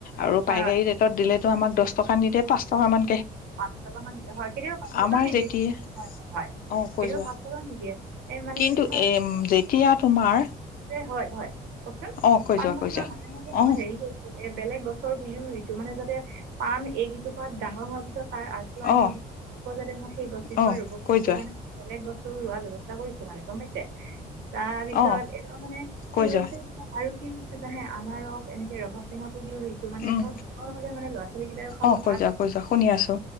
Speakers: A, on the left; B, on the right.
A: আৰু পাইকাৰী
B: হয় হয়
A: ৰেটত দিলে ত আমাক দহ টকা নিদে পাঁচ টকা মন।
B: পাঁচ টকা মান দিয়ে হয়। কেতিয়াবা পাঁচ টকা
A: আমাৰ
B: নিদিয়ে
A: যেতিয়া
B: হয়-হয়-হয়,
A: অ কৈ
B: কেতিয়াবা
A: যোৱা
B: পাঁচ টকা নিদিয়ে এই মানে
A: কিন্তু
B: কি হয়
A: এ যেতিয়া তোমাৰ
B: হয়-হয়
A: অ কৈ
B: পাণ
A: যোৱা
B: তামোলৰ
A: কৈ যোৱা
B: মাজে-মাজে
A: অ
B: মই হেৰি হৈছো, এ বেলেগ গছৰ পুলিও ৰুইছো, মানে যাতে পাণ এইকেইজোপাত ডাঙৰ আজোৱানি,
A: অ
B: আকৌ যাতে ম সেই গছকেইজোপা
A: অ
B: ৰুব পৰা
A: কৈ যোৱা
B: সেইকাৰণে বেলেগ গছ তোৰ ৰোৱা ব্যৱস্থা কৰিছো মানে, গম পাইছে? তাৰপিছত
A: অ
B: এ মানে
A: কৈ
B: কি হৈছে,
A: যোৱা
B: আৰু কি আ অনাৰস এনেকে ৰবাৱ টেঙা পুলিও ৰুইছো মানে
A: উম
B: ধৰক মই মলৈ মানে ল'ৰা ছোৱালী কেইটাইো খাব
A: অ কৈ
B: তাত
A: যোৱা কৈ যোৱা শুনি আছো